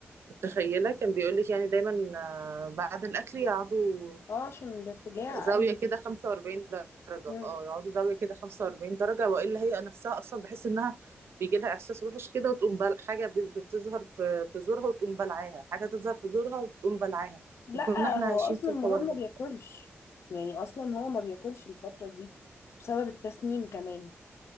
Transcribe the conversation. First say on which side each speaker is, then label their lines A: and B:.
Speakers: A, on the right; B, on the left.
A: متخيلة كان بيقولك يعني دايما آه، بعد الأكل يقعدوا
B: اه عشان الارتجاع
A: زاوية
B: ايوه
A: كده 45 درجة
B: مم.
A: اه يقعدوا زاوية كده 45 درجة وإلا هي نفسها أصلا بحس إنها بيجي لها إحساس وحش كده وتقوم بل... حاجة بت- بتظهر في في زورها وتقوم بلعاها حاجة تظهر في زورها وتقوم بلعاها
B: لا
A: كنا احنا
B: هو
A: عايشين
B: اصلا
A: في الحوار
B: مراد ما
A: ده
B: بياكلش يعني اصلا هو ما بياكلش الفتره دي بسبب التسنين كمان